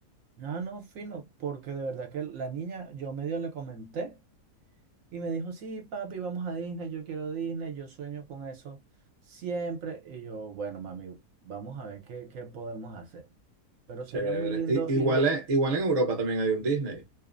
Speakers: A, on the right; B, on the right.
A: no, no, fino, porque de verdad que la niña, yo medio le comenté. Y me dijo, sí, papi, vamos a Disney, yo quiero Disney, yo sueño con eso siempre. Y yo, bueno, mami, vamos a ver qué, qué podemos hacer. Pero sería
B: Chévere.
A: muy lindo
B: I-
A: ir,
B: igual,
A: eh,
B: en- igual en Europa también hay un Disney.